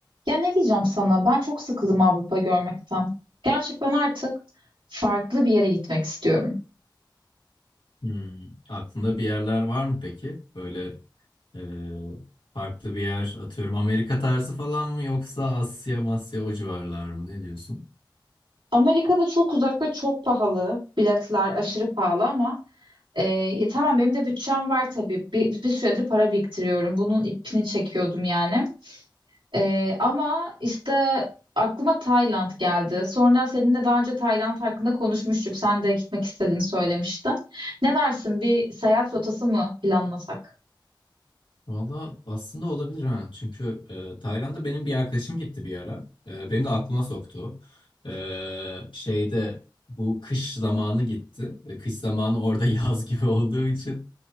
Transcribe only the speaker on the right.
Ya ne diyeceğim sana? Ben çok sıkıldım Avrupa görmekten. Gerçekten artık farklı bir yere gitmek istiyorum.
Amerika'da çok uzak ve çok pahalı. Biletler aşırı pahalı ama e, ya tamam benim de bütçem var tabii. Bir, bir süredir para biriktiriyorum. Bunun ipini çekiyordum yani. Ee, ama işte aklıma Tayland geldi. Sonra seninle daha önce Tayland hakkında konuşmuştuk. Sen de gitmek istediğini söylemiştin. Ne dersin? Bir seyahat rotası mı planlasak?